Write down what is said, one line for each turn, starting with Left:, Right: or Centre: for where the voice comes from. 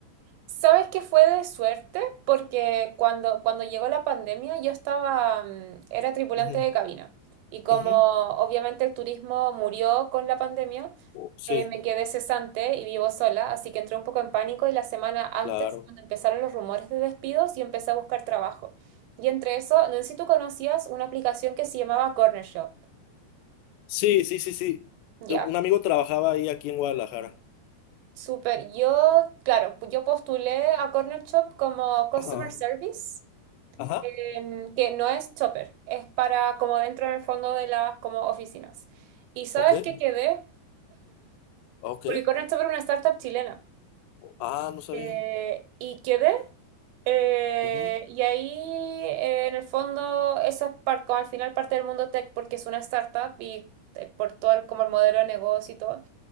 Right: ¿Sabes qué fue de suerte? Porque cuando, cuando llegó la pandemia yo estaba, mm, era tripulante
Left: Ujú,
Right: de cabina y como
Left: ujú.
Right: obviamente el turismo murió con la pandemia,
Left: Oh, Sí,
Right: eh, me quedé cesante y vivo sola, así que entré un poco en pánico y la semana antes,
Left: claro.
Right: cuando empezaron los rumores de despidos, yo empecé a buscar trabajo. Y entre eso, no sé si tú conocías una aplicación que se llamaba Corner Shop.
Left: Sí, sí, sí, sí.
Right: Ya,
Left: De- Un amigo trabajaba ahí aquí en Guadalajara.
Right: súper. Yo, claro, yo postulé a Corner Shop como Customer
Left: Ajá.
Right: Service.
Left: Ajá.
Right: em, que no es chopper, es para como dentro en el fondo de las como oficinas. Y sabes
Left: Ok.
Right: que quedé,
Left: Ok.
Right: porque Corner Chopper es una startup chilena,
Left: Ah, no sabía.
Right: eh, y quedé, eh,
Left: Ujú,
Right: y ahí eh, en el fondo eso es par- como al final parte del mundo tech porque es una startup y eh, por todo el, como el modelo de negocio y todo.